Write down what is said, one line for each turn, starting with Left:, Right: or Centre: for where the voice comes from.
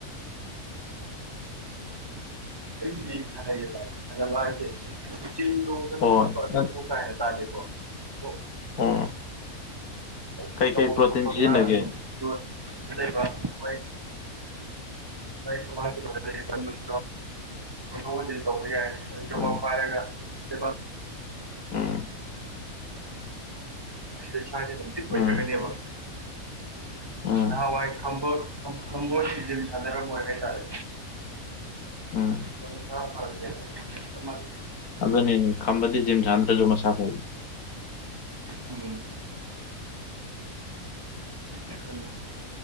Right: ꯑꯩꯕꯨꯗꯤ ꯁꯥꯟꯅꯩꯌꯦ ꯚꯥꯏ ꯊꯥꯟꯖꯕ ꯍꯥꯏꯁꯤ ꯆꯤꯡ ꯅꯣꯡ ꯆꯠꯄ
Left: ꯑꯣ
Right: ꯈꯣꯠꯄ ꯑꯗꯨꯏ
Left: ꯅꯪ
Right: ꯃꯊꯧ ꯇꯥꯏꯗꯣ ꯇꯥꯗꯦꯀꯣ ꯑꯣ
Left: ꯑꯣ
Right: <unintelligible>
Left: ꯀꯩꯀꯩ
Right: ꯇꯧꯕꯝ
Left: ꯄ꯭ꯔꯣꯇꯤꯟ
Right: ꯊꯣꯛꯄ
Left: ꯁꯤꯖꯤꯟꯅꯒꯦ
Right: ꯈꯔ ꯑꯗꯨꯝ ꯌꯣꯠ ꯁꯤ ꯂꯩꯕ ꯃꯣꯏ ꯂꯥꯏ ꯁꯨ ꯃꯥꯗꯤ <unintelligible> ꯍꯣꯟꯗꯣꯛ ꯍꯣꯟꯖꯤꯟ ꯇꯧꯕ ꯌꯥꯏ ꯌꯣꯝꯄꯥꯛ
Left: ꯎꯝ
Right: ꯄꯥꯏꯔꯒ <unintelligible>
Left: ꯎꯝ
Right: ꯑꯁ ꯏꯁꯥꯖꯦ ꯑꯗꯨꯝ ꯄꯤꯛꯄꯩ
Left: ꯎꯝ
Right: ꯈꯛꯇꯅꯦꯕ
Left: ꯎꯝ
Right: ꯅꯍꯥꯟꯋꯥꯏ ꯈꯝꯕ ꯈꯝ ꯈꯝꯕꯣꯏ ꯖꯤꯝ ꯁꯥꯟꯅꯔꯝꯃꯣꯏ ꯍꯥꯏꯇꯥꯔꯦ
Left: ꯎꯝ
Right: ꯃꯥ ꯃꯁꯥ ꯐꯗꯔꯦꯕ ꯆꯞ ꯃꯥꯟꯅꯩ
Left: ꯑꯗꯨꯅꯤꯅꯦ ꯈꯝꯕꯗꯤ ꯖꯤꯝ ꯁꯥꯟꯅꯗ꯭ꯔꯖꯨ ꯃꯁꯥ ꯐꯩ
Right: ꯑ ꯍꯨ ꯈꯜꯂꯦ